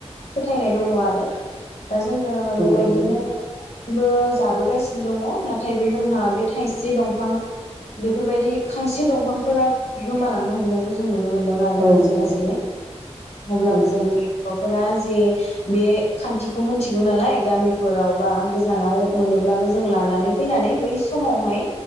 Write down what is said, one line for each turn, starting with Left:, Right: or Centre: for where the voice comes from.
Left: फोथायनाय दङ आरो दा जोङो बेबायदिनो
Right: औ
Left: बो जाबोगासिनो दङ नाथायबो जोंहा बे थायसे दंफां बेफोरबायदि खायसे थि दंफांफोरा गोमालांनो हमनायखौ जों नुनो मोन दों आरोना
Right: औ
Left: लासै
Right: नंगौ
Left: लासैनो अब्लाबो
Right: औ
Left: जोंनि औ फोरा जे बे खान्थिखौ मोनथिगौ नालाय गामिफोराव बा गोजानाव मोनोब्लाबो जों लानानै फैनानै बै समावहाय